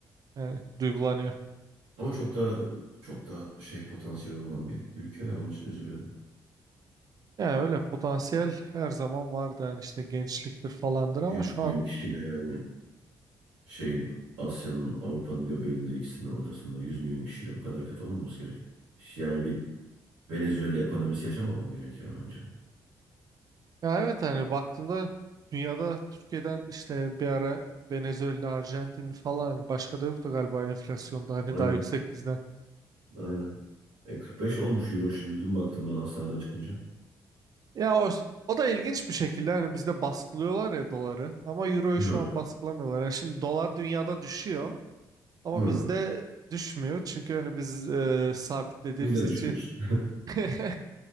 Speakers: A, on the right; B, on the right.
A: Yani duygulanıyor.
B: Ama çok daha çok daha şey potansiyeli olan bir ülke ya onun için üzülüyorum.
A: Ya öyle potansiyel her zaman vardı yani işte gençliktir falandır ama
B: 100
A: şu
B: milyon
A: an
B: kişiyle yani şeyin Asya'nın Avrupa'nın göbeğinde ikisinin ortasında 100 milyon kişiyle bu kadar kötü olmaması gerek. Yani bir Venezuela ekonomisi yaşamamam gerekiyor bence.
A: ya evet hani baktığında dünyada Türkiye'den işte bir ara Venezuela, Arjantin falan hani başka da yoktu galiba enflasyonda hani
B: Aynen.
A: daha yüksek bizden.
B: Aynen. E 45 olmuş euro şimdi dün baktım ben hastaneden çıkınca.
A: Ya o, o da ilginç bir şekilde hani bizde baskılıyorlar ya doları ama euroyu
B: Hı.
A: şu an baskılamıyorlar. Yani şimdi dolar dünyada düşüyor ama
B: Hı.
A: bizde düşmüyor çünkü hani biz e, sabitlediğimiz
B: Biz de
A: için
B: düşüyoruz.
A: <laughs>